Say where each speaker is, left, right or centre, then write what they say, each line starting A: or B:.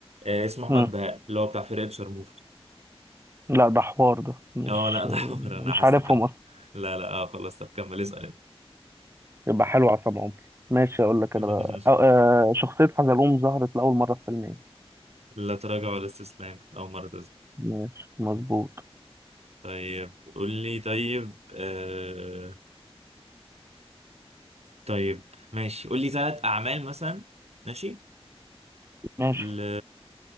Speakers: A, on the right (about 80°); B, on the right (about 25°).
A: آه اسمه أحمد
B: أمم.
A: بهاء اللي هو بتاع فرقة شرموفرز
B: لا ده حوار ده مش
A: اه لا انا حمار
B: مش
A: <laughs> انا حاسس
B: عارفهم
A: كده لا لا اه خلاص طب كمل اسأل انت
B: يبقى حلو على طبعا ماشي اقول لك
A: <laughs>
B: انا بقى أو آه شخصية حزلوم ظهرت لأول مرة في فيلم ايه
A: لا تراجع ولا استسلام أول مرة
B: ماشي مظبوط
A: طيب قول لي طيب آه طيب ماشي قول لي ثلاث أعمال مثلا ماشي
B: ماشي
A: ل...